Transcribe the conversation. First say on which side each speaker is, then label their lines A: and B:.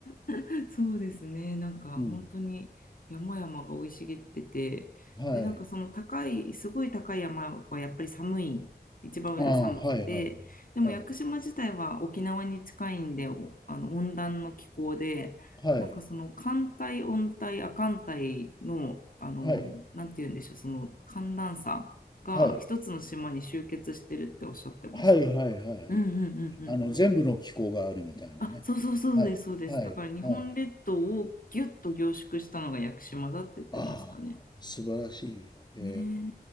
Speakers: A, on the left (about 55°); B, on the left (about 25°).
A: <laughs> そうですね。なんか本当に山々が生い茂ってて、
B: うん。はい。
A: で、なんかその高い、すごい高い山はやっぱり寒い、一番上が寒くて、
B: ああ、はいはい。
A: でも屋久島自体は沖縄に近いんで、
B: はい。
A: おあの温暖の気候で、
B: はい。
A: なんかその寒帯、温帯、亜寒帯の、あの、
B: はい。
A: なんて言うんでしょう、その寒暖差が一つの島に集結してるっておっしゃってました。
B: はい。はいはいはいはい。
A: うんうんう
B: あの、
A: ん
B: 全部の気候があるみたいなね。
A: あ、そうそうそうです、
B: はい。
A: そうです。
B: はい。
A: だから日本列島をギュッと凝縮したのが屋久島だって言ってましたね。
B: はい。ああ、素晴らしい。へ
A: ねえ